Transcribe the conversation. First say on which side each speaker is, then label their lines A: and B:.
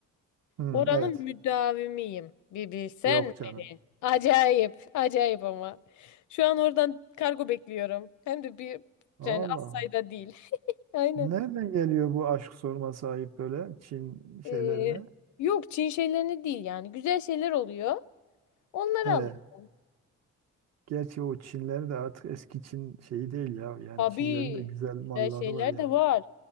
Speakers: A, on the right; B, on the left.
A: Hmm,
B: Oranın
A: evet
B: müdavimiyim. Bir bilsen.
A: yok canım.
B: Acayip. Acayip ama. Şu an oradan kargo bekliyorum. Hem de bir
A: Allah.
B: yani az sayıda değil. <laughs> Aynen.
A: Nereden geliyor bu aşk sorması ayıp böyle Çin
B: Ee,
A: şeylerine?
B: yok Çin şeylerini değil yani. Güzel şeyler oluyor. Onları
A: He,
B: alıyorum.
A: gerçi o Çinleri de artık eski Çin şeyi değil ya. Yani
B: Tabii.
A: Çinlerin de güzel malları
B: Güzel şeyler
A: var yani.
B: de var.